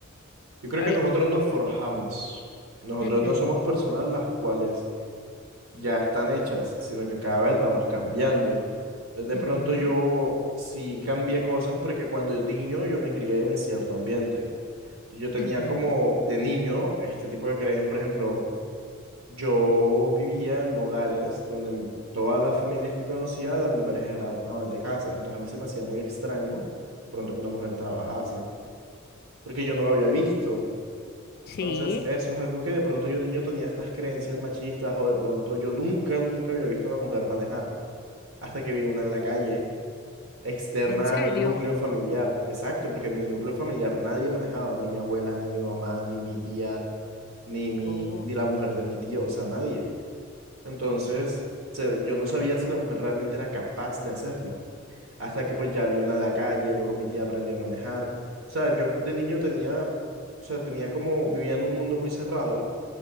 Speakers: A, on the right; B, on the left.
A: yo creo
B: A
A: que
B: ver.
A: nosotros nos forjamos. Nosotros
B: ujú,
A: no somos personas las cuales ya están hechas, sino que cada vez vamos cambiando. Entonces, de
B: ujú,
A: pronto yo sí cambié cosas porque cuando yo niño yo me crié en cierto ambiente. Yo tenía
B: ujú.
A: como de niño este tipo de creencias. Por ejemplo, yo vivía en hogares donde m- todas las familias que conocía, las mujeres eran amas de casa. Entonces a mí se me hacía muy extraño de pronto que una mujer trabajase, porque yo no lo había visto.
B: Sí,
A: Entonces, eso es algo que de pronto yo niño tenía estas creencias machistas o de pronto yo nunca, nunca había visto a una mujer manejar hasta que vi una en la calle, externa
B: ¿en serio?
A: a mi núcleo familiar. Exacto, porque en mi núcleo familiar nadie manejaba, ni mi abuela, ni mi mamá, ni mi tía, ni mi,
B: Oh,
A: ni la mujer de mi tío, o sea, nadie. Entonces, se- yo no sabía si la mujer realmente era capaz de hacerlo, hasta que pues ya vi una en la calle, luego mi tía aprendió a manejar. O sea, yo de niño tenía, o sea, tenía como, vivía en un mundo muy cerrado,